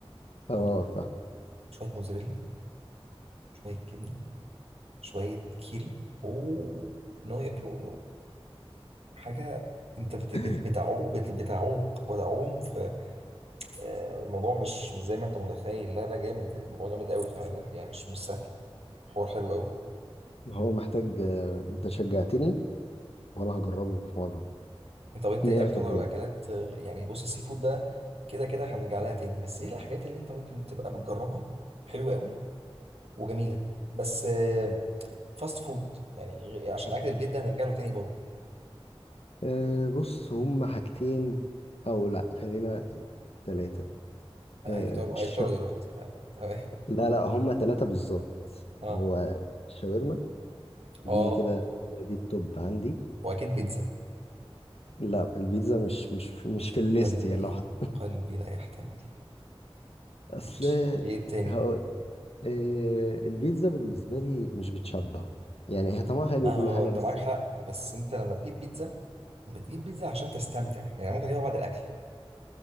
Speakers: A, on the left; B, on the right.
A: اه
B: ودوق
A: فاهم
B: شويه موزاريلا شويه جبنه شويه كيري اوه نو يا برونو حاجه انت بت...
A: <laughs>
B: بت... بتعوق بت... بتعوق وتعوم في آه، الموضوع مش مش زي ما انت متخيل لا لا جامد الموضوع جامد قوي كمان يعني مش مش سهل حوار حلو قوي
A: هو محتاج آه، انت شجعتني وانا هجربه في مرة
B: طب انت
A: 100%
B: ايه اكتر اكلات يعني بص السي فود ده كده كده هنرجع لها تاني بس ايه الحاجات اللي انت ممكن تبقى بتجربها حلوه قوي وجميله بس آه، فاست فود يعني غ- عشان اكل البيت ده هنرجع له تاني برضه
A: أه بص هم حاجتين او لا خلينا ثلاثة
B: هيكتروا
A: أه الش...
B: هيكتروا دلوقتي آه، تمام
A: لا لا هم ثلاثة بالظبط
B: <laughs> اه
A: هو الشاورما دي
B: اه
A: كده كده دي التوب عندي
B: واكيد بيتزا
A: لا البيتزا مش مش مش في الليست
B: قلبي
A: يعني لو حط
B: قلبي لا يحتمل
A: اصل
B: ماشي ايه التاني
A: هقول أه البيتزا بالنسبة لي مش بتشبع يعني هي طعمها حلو
B: ما
A: كل
B: هو
A: حاجة
B: انت
A: بس
B: معاك حق بس انت لما تجيب بيتزا بتجيب بيتزا عشان تستمتع يعني ممكن تجيبها بعد الاكل <laughs>